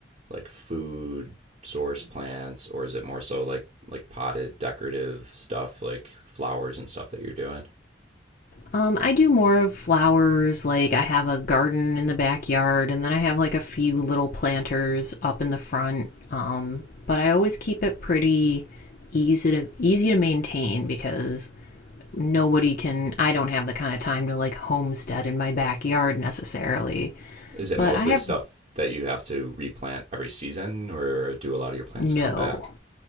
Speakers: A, on the right (about 40°); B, on the left (about 50°).
A: like food source plants, or is it more so like like potted decorative stuff, like flowers and stuff that you're doing?
B: Um, I do more of flowers. Like I have a garden in the backyard, and then I have like a few little planters up in the front. Um, but I always keep it pretty easy to easy to maintain because nobody can. I don't have the kind of time to like homestead in my backyard necessarily.
A: Is it
B: But
A: mostly
B: I have
A: stuff that you have to replant every season, or do a lot of your plants
B: no
A: come back?